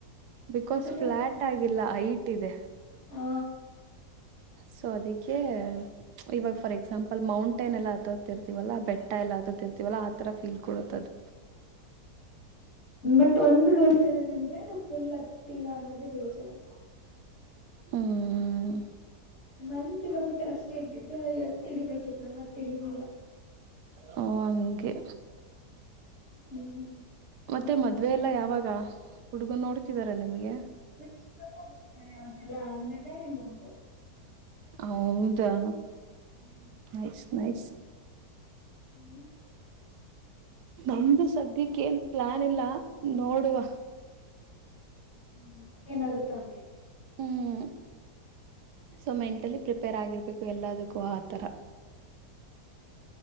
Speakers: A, on the right (about 75°); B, on the left (about 40°).
A: ಬಿಕಾಸ್
B: ಅಂದ್ರೆ
A: ಫ್ಲಾಟ್ ಆಗಿಲ್ಲ ಹೈಟ್ ಇದೆ
B: ಹಾ
A: ಸೊ ಅದಕ್ಕೆ ಇವಾಗ ಫಾರ್ ಎಕ್ಸಾಂಪಲ್ ಮೌಂಟೈನ್ ಎಲ್ಲ ಆ ಹತ್ತತಿರ್ತವಲ್ಲ ವಲ್ಲಾ ಬೆಟ್ಟ ಎಲ್ಲಾ ಹತರ್ತಿವಲ್ಲ ಆ ತರ ಫೀಲ್ ಕೊಡತದು
B: ಬಟ್ ಒಂದ ಬೇಜಾರ ಅಂದ್ರೆ ನಾ ಫುಲ್ ಹತ್ತಿಲ್ಲ ಅನ್ನೋದೇ ಬೇಜಾರು
A: ಹ್ಮ್
B: ಇನ್ನೊಂದು ಕಿಲೋಮೀಟರ್ ಅಷ್ಟೇ ಇದ್ದಿದ್ದು ಎತ್ತ ಹಿಡಿಬೇಕಿತ್ತು ನಾ ಮತ್ ಇಳಿಲ್ಲಿಲ್ಲಾ
A: ಹ ಅಂಗೆ
B: ಹ್ಮ್
A: ಮತ್ತೆ ಮದವೆ ಎಲ್ಲಾ ಯಾವಾಗ ಹುಡುಗನ್ ನೋಡ್ತಿದಾರ ನಿಮ್ಗೆ.
B: ನ ಚಿಕ್ಕಮ್ಮ ಒಬ್ಬರು ಇದ್ದಾರೆ ಅವರನ್ನೆಲ್ಲ ಆದಮೇಲೆ ನಂದು
A: ಹೌದಾ.
B: ಹ್ಮ್.
A: Nice nice.
B: ಹ್ಮ್.
A: ನಮ್ದು ಸದ್ಯಕ್ಕೆ ಏನ್ ಪ್ಲಾನ್ ಇಲ್ಲ ನೋಡುವ.
B: ಹ್ಮ್ ಏನಾಗುತ್ತೋ ಹಂಗೆ.
A: ಹ್ಮ್ ಸೊ ಮೆಂಟಲಿ ಪ್ರಿಪೇರ್ ಆಗಿರ್ಬೇಕು ಎಲ್ಲದಕ್ಕೂ ಆತರಾ